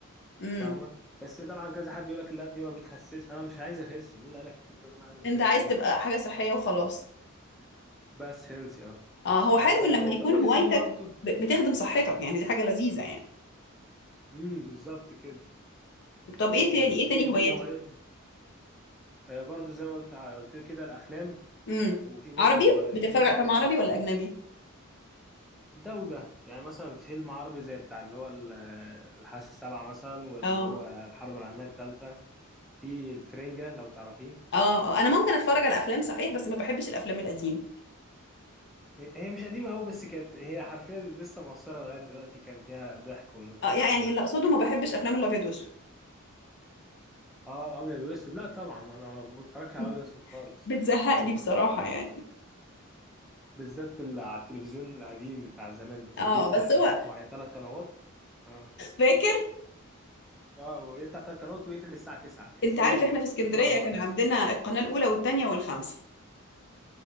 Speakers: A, on the left; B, in the centre.
A: امم
B: فاهمه بس طبعا كذا حد يقول لك لا دي ما بتخسس انا مش عايز اخس مين اللي قال لك ان انا عايز اخس
A: انت عايز
B: بيها
A: تبقى حاجه صحيه وخلاص
B: بس هيلثي اه
A: اه هو حلو
B: آه، فالاوميجا
A: لما يكون هوايتك
B: 3 برضو
A: ب- بتخدم صحتك يعني دي حاجه لذيذه يعني
B: امم بالظبط كده
A: طب
B: آه،
A: ايه تاني ايه
B: في
A: تاني
B: ايه
A: هواياتك
B: تاني هو يكبر آه، برضو زي ما قلت قلت لك كده الافلام
A: امم
B: وفي برضو
A: عربي
B: آه،
A: بتتفرج
B: فيلم
A: على افلام
B: ك-
A: عربي
B: كان
A: ولا اجنبي
B: ده وده يعني مثلا فيلم عربي زي بتاع اللي هو ال- الحاسة السابعة مثلا واللي
A: اه
B: هو الحرب العالمية التالتة في الفرنجة لو تعرفيه
A: اه اه انا ممكن اتفرج على افلام صحيح بس ما بحبش الافلام القديمه
B: هي مش قديمة أوي بس كانت هي حرفيا لسه مؤثرة لغاية دلوقتي كان فيها ضحك ونكت
A: اه يعني
B: وكده
A: اللي اقصده ما بحبش افلام الابيض واسود
B: اه الأبيض وأسود لا طبعا أنا ما بتفرجش على
A: <laughs>
B: أبيض وأسود خالص
A: بتزهقني
B: <laughs>
A: بصراحه يعني
B: بالذات اللي على التلفزيون القديم بتاع زمان اللي كان
A: اه
B: بيفتح
A: بس
B: قنوات
A: هو
B: معينة ثلاث قنوات اه
A: فاكر
B: اه ويفتح ثلاث قنوات ويقفل الساعة 9 تحسيه
A: انت عارف احنا في اسكندريه
B: سوبر ماركت
A: كان عندنا القناه الاولى والثانيه والخامسه